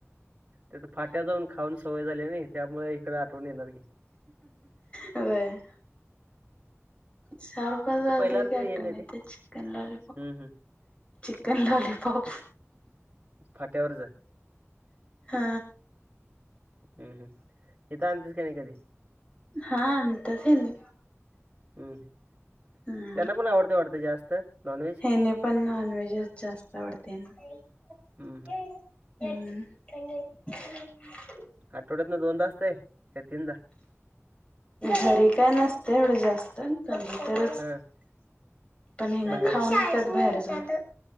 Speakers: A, on the right (about 25°); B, on the left (about 25°).
A: तिथं फाट्याव जाऊन खाऊन सवय झाल्या नई, त्यामुळं इकडं आठवण येणार की
B: व्हय सहा वाजून
A: तिथं पहिल्यासारखं
B: आले की, आठवण
A: हे नाही
B: येत्या
A: ते
B: चिकन लॉलीपॉप
A: हम्म, हम्म.
B: चिकन लॉलीपॉप
A: फाट्यावर जा.
B: हा
A: हम्म, हम्, इथं आणतेस का नाही कधी
B: हा आणतात ह्यांनी
A: हं.
B: हम्म.
A: त्यांना पण आवडते वाटतं जास्त नॉनव्हेज?
B: त्यानी पण नॉनव्हेजच जास्त आवडते. हम्म.
A: हं हं.
B: <unintelligible>
A: आठवड्यातन दोनदाच काय? का तिनदा?
B: घरी काय नसतं एवढं जास्त. कधी तर
A: <unintelligible>
B: पण हेना
A: बाहेरच
B: खाऊनसत बाहेर जातो.